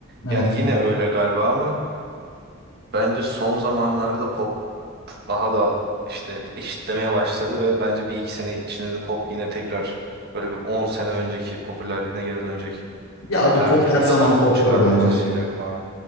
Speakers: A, on the right; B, on the left.
A: Yani
B: Evet.
A: yine öyle galiba ama bence son zamanlarda pop daha da işte eşitlemeye başladı ve bence bir iki sene içinde de pop yine tekrar böyle bir 10 sene önceki popülerliğine geri dönecek.
B: Ya abi
A: Herkes
B: pop her zaman
A: işte pop
B: poptur
A: çıkarmaya
B: bence.
A: başlayacak falan.